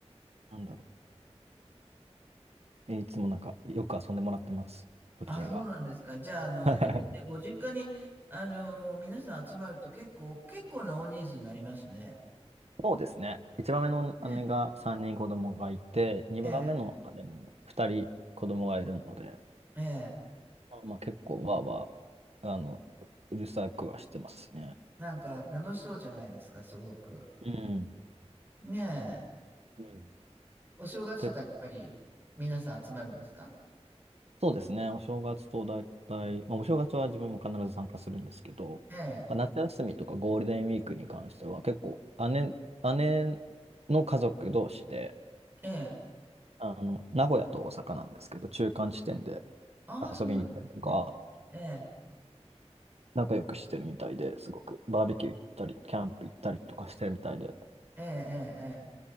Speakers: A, on the right (about 65°); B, on the right (about 15°).
A: なんだろう。いつもなんか、よく遊んでもらってます。こちらが。
B: あ、そうなんですか。じゃあ、あの、
A: <laughs>
B: あれですねご実家に、あの、皆さん集まると結構、結構な大人数になりますね。
A: そうですね。一番目の姉が3人子供がいて、
B: ね
A: 二番目の姉も2人子供がいるので、
B: え。ええ。ええ。
A: まあ、まあ結構わーわー、あの、うるさくはしてますね。
B: なんか、楽しそうじゃないですか、すごく。
A: うん。
B: ねえ。
A: うん。
B: お正月とか、
A: 結構。
B: やっぱり、皆さん集まるんですか
A: そうですね。お正月と大体、まあお正月は自分も必ず参加するんですけど、
B: ええ。
A: なんか夏休みとかゴールデンウィークに関しては結構姉、姉の家族同士で、
B: ええ。
A: あの、名古屋と大阪なんですけど、中間地点で
B: ああ、そうなんですね。
A: 遊びに行ったりとか、
B: ええ。
A: 仲良くしてるみたいですごく、バーベキュー行ったり、キャンプ行ったりとかしてるみたいで、
B: ええ、